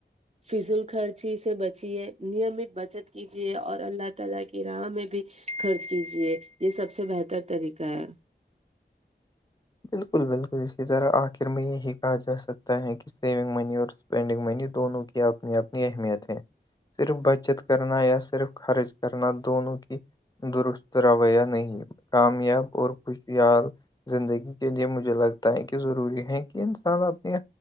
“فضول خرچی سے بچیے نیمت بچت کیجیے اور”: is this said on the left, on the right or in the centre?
Right